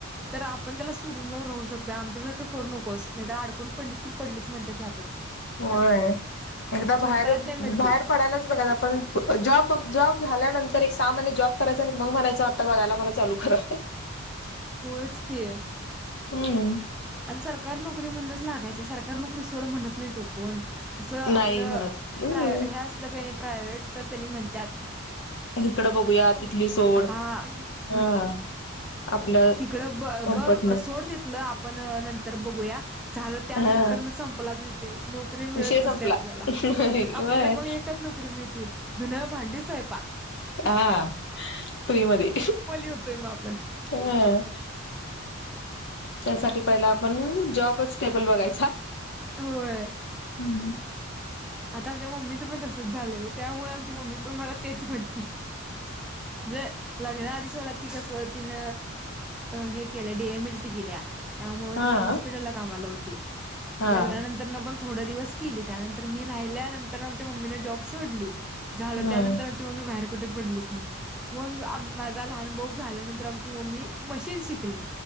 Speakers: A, in the centre; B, on the left.
A: तर आपण त्याला सोडून जाऊन राहू शकतो आमच्यासारखं करू नकोस नाही तर अडकून पडलीस की पडलीस म्हणत्यात त्यातच
B: होय. एकदा बाहेर
A: सोडता येत नाही म्हणली
B: बाहेर पडायलाच बघाय पण जॉब जॉब झाल्यानंतर एक सहा महिने जॉब करायचा आणि मग म्हणायच आता बघायला मला चालू करा
A: होयच की
B: हम्
A: आणि सरकार नोकरी म्हणूनच लागायची सरकारी नोकरी सोडं म्हणत नाही तो कोण असं आपलं
B: नाही म्हणत हम्म
A: प्राय हे असलं क नाही प्रायव्हेट तर त्यांनी म्हणतात
B: इकडं बघूया तिथली सोड,
A: हा
B: हा आपल्या
A: तिकडं ब
B: कम्फर्ट
A: बघ
B: न
A: सोड तिथलं आप पण नंतर बघूया झालं त्यानंतर
B: हा
A: सं आपलाच विषय नोकरी मिळत
B: विषय संपला
A: नसते आपल्याला
B: व्हय
A: आपल्याला मग एकच नोकरी मिळती धून, भांडी, स्वयंपाक हह हम्म
B: हा फ्री मदी
A: होतोय मग आपण
B: हह ह त्यासाठी पहिला आपण जॉबच स्टेबल बघायचा
A: होय
B: हम्
A: आता आमच्या मम्मीचं पण तसच झालं हो त्यामुळे आमची मम्मी पण मला तेच म्हणते णजे लग्नाआधी सोडणार ती कस तिन हे केलं डीएम एल टी केलिया त्यामुळे
B: हा
A: ती हॉस्पिटलला कामाला होती.
B: हा
A: लग्नानंतर पण थोड दिवस केली त्यानंतर मी राहिल्या नंतर आमच्या मम्मीने जॉब सोडली झालं
B: हा
A: त्यानंतर माझी मम्मी बाहेर कुठे पडलीच नाही. मग माज लहान बोग झाल्यानंतर आमची मम्मी मशीन शिकली